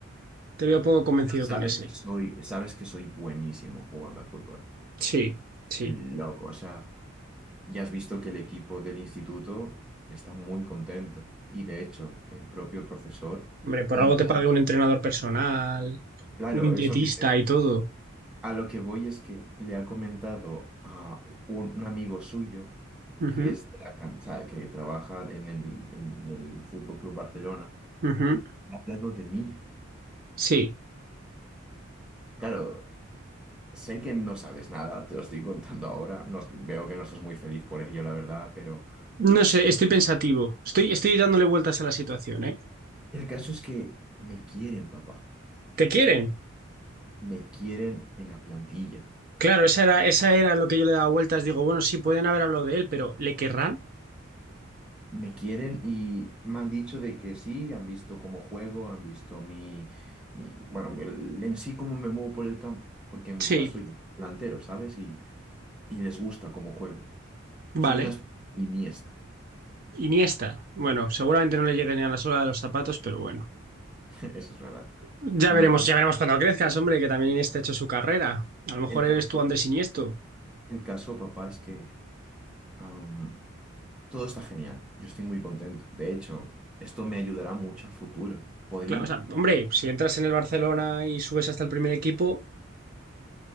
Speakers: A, on the right; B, in the centre.
A: Te veo poco convencido
B: Sabes
A: con ese.
B: que soy, sabes que soy buenísimo jugando a fútbol.
A: Sí, sí.
B: Loco, o sea, ya has visto que el equipo del instituto está muy contento y de hecho el propio profesor
A: Hombre, por
B: ha
A: algo
B: hablado.
A: te pague un entrenador personal,
B: Claro,
A: un dietista
B: es lo que te-
A: y todo.
B: a lo que voy es que le ha comentado a un, un amigo suyo
A: Ujú,
B: que es de la cancha, que trabaja en el, en el Fútbol Club Barcelona,
A: ujú.
B: le ha hablado de mí.
A: Sí.
B: Claro, sé que no sabes nada, te lo estoy contando ahora, no- veo que no estás muy feliz por ello, la verdad, pero
A: No sé, estoy pensativo. Estoy, estoy dándole vueltas a la situación, ¿eh?
B: el caso es que me quieren, papá.
A: ¿Te quieren?
B: me quieren en la plantilla.
A: Claro, esa era, esa era lo que yo le daba vueltas. Digo, bueno, sí, pueden haber hablado de él, pero ¿le querrán?
B: Me quieren y me han dicho de que sí, han visto cómo juego, han visto mi, mi- bueno, el- en sí cómo me muevo por el campo, porque en mi
A: Sí,
B: caso yo soy delantero, ¿sabes? Y, y les gusta cómo juego.
A: vale.
B: Soy una especie de Iniesta,
A: Iniesta. Bueno, seguramente no le llegue ni a la sola de los zapatos, pero bueno.
B: <laughs> eso es verdad.
A: Ya
B: Pero
A: veremos, ya veremos cuando crezcas, hombre, que también Iniesta ha hecho su carrera. A lo mejor
B: el caso,
A: eres tú Andrés Iniesto.
B: el caso, papá, es que am, todo está genial. Yo estoy muy contento. De hecho, esto me ayudará mucho a futuro. Podría,
A: Claro, o sea, hombre, si entras en el Barcelona y subes hasta el primer equipo,